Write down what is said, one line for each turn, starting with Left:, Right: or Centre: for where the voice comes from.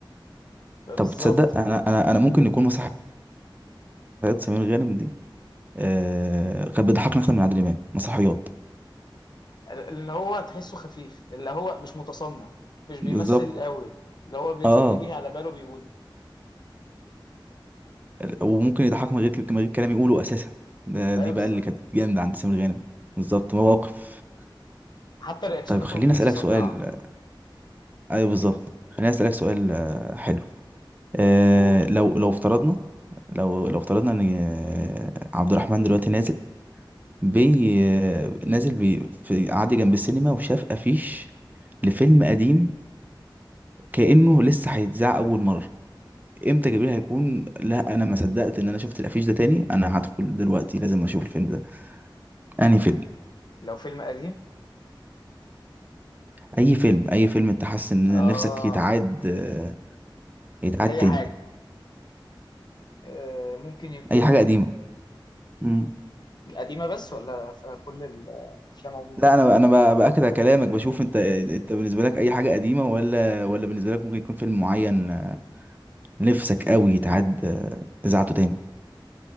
Left: بالظبط
Right: طب تصدق انا انا انا ممكن يكون مسرحيات سمير غانم دي آه كان بيضحكني اكتر من عادل امام مسرحيات
Left: اللي هو تحسه خفيف اللي هو مش متصنع مش بيمثل
Right: بالظبط
Left: قوي اللي هو بيطلع
Right: اه
Left: اللي يجي على باله بيقوله
Right: وممكن يضحك من غير من غير كلام يقوله اساسا ده
Left: ايوه
Right: دي
Left: بالظبط
Right: بقى اللي كانت جامده عند سمير غانم بالظبط مواقف
Left: حتى رياكشناته
Right: طيب خليني
Left: مش متصنعة
Right: اسالك سؤال ايوه بالظبط خليني اسالك سؤال آه، حلو آه
Left: ولو
Right: لو لو افترضنا لو لو افترضنا ان آه، عبد الرحمن دلوقتي نازل بي آه، نازل بي في قعد جنب السينما وشاف افيش لفيلم قديم كأنه لسه هيتذاع اول مره امتى جبريل هيكون لا انا ما صدقت ان انا شفت الافيش ده تاني انا هدخل دلوقتي لازم اشوف الفيلم ده انهي فيلم
Left: لو فيلم قديم
Right: اي فيلم اي فيلم انت حاسس ان
Left: اه
Right: نفسك يتعاد آه، يتعاد
Left: اي
Right: تاني
Left: حاجة آه، ممكن يكون
Right: اي حاجه قديمه مم.
Left: قديمة بس ولا في كل الأفلام عموما
Right: لا انا انا ب- باكد على كلامك بشوف انت انت بالنسبه لك اي حاجه قديمه ولا ولا بالنسبه لك ممكن يكون فيلم معين آه، نفسك قوي يتعاد آه، اذاعته تاني